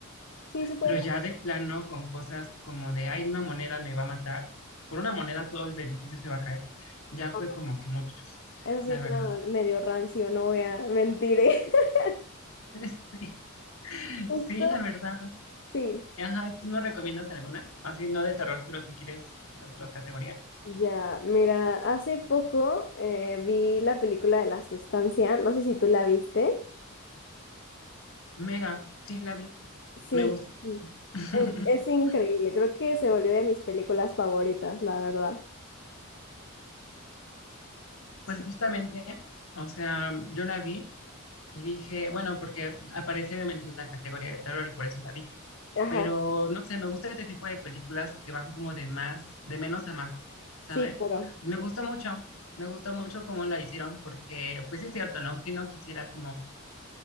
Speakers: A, on the left; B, on the left.
A: sí se puede
B: pero ya de plano con cosas como de, ay, una moneda me va a matar. Por una moneda todo el edificio se va a caer. Ya
A: pasar.
B: fue como que muchos,
A: Eso sí
B: la
A: está
B: verdad.
A: medio rancio, no voy a mentir, ¿eh? <laughs>
B: <laughs> Sí,
A: Justo,
B: sí, la verdad.
A: sí.
B: Ajá, ¿tú no recomiendas alguna? Así, no de terror, pero si quieres de otra categoría.
A: Ya, mira, hace poco eh, vi la película de La Sustancia, no sé si tú la viste.
B: Mega, sí la vi.
A: Sí,
B: Me
A: sí.
B: <laughs>
A: Es, es increíble, creo que se volvió de mis películas favoritas, la verdad. Sí.
B: Pues justamente, o sea, yo la vi y dije, bueno, porque aparece obviamente en la categoría de terror y por eso la vi,
A: Ajá.
B: pero no sé, me gusta este tipo de películas que van como de más, de menos a más, ¿sabes?
A: Sí, claro.
B: Y me gustó mucho, me gustó mucho cómo la hicieron, porque pues sí es cierto, ¿no? Que no quisiera como,